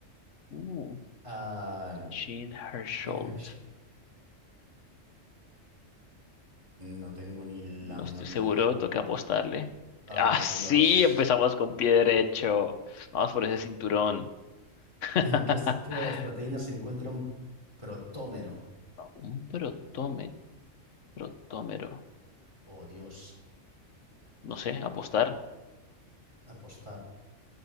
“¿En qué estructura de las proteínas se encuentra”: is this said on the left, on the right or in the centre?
Right